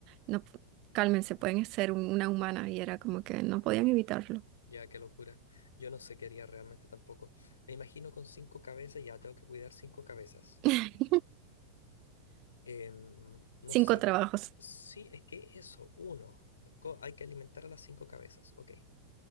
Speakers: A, on the right; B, on the left.
A: no, p- cálmense, pueden ser un- una humana, y era como que no podían evitarlo.
B: Ya, qué locura. Yo no sé qué haría realmente tampoco. Me imagino con cinco cabezas, ya tengo que cuidar cinco cabezas.
A: <laughs>
B: Em, no
A: Cinco
B: sab...
A: trabajos.
B: Sí, es que eso, uno. co- Hay que alimentar a las cinco cabezas. Ok.